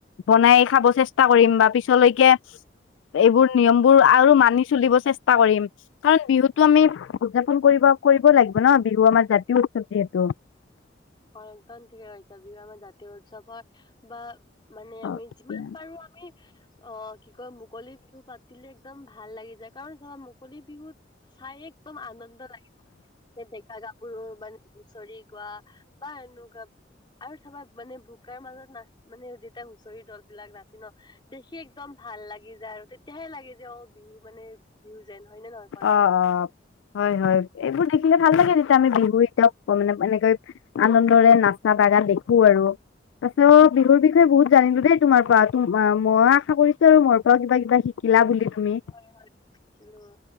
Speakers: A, on the left; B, on the left.
A: বনাই খাব চেষ্টা কৰিম বা পিছলৈকে, এইবোৰ নিয়ম বোৰ আৰু মানি চলিব চেষ্টা কৰিম কাৰণ বিহুত, টো আমি উদযাপন কৰিব কৰিব লাগিব ন বিহু আমাৰ জাতীয় উৎসৱ যিহেতু।
B: অ একদম ঠিকেছে বিহু আমাৰ জাতীয় উৎসৱৰ বা, মানে
A: হয়
B: আমি যিমান পাৰো আমি অ কি কয় মুকলি বিহু পাত, দিলে একদম ভাল লাগি যায় কাৰণ চাবা মুকলি বিহুত, চাই একদম আনন্দ লাগিব যে ডেকা গাভৰু মানে হুচৰি গোৱা। বা এনেকুৱা, আৰু চাবা মানে বোকাৰ মাজত নাচ মানে যেতিয়া হুঁচৰি দল বিলাক নাচে ন। দেখি একদম ভাল লাগি যায় আৰু তেতিয়াহে লাগে যে অ বিহু মানে, বিহু যেন হয় নে নহয় কোৱাচোন।
A: অ অ হয় হয় এইবোৰ দেখিলে ভাল লাগে তেতিয়া আমি বিহু এতিয়াও মানে এনেকৈ আনন্দৰে নাচা বাগা দেখোঁ আৰু। পাছেও, বিহুৰ বিষয়ে বহুত জানিলো দেই তোমাৰ পৰা, মোৰো আশা কৰিছো আৰু মোৰ পৰাও কিবা কিবা শি কিলা বুলি তুমি।
B: হয়, হয়, শিকিলোঁ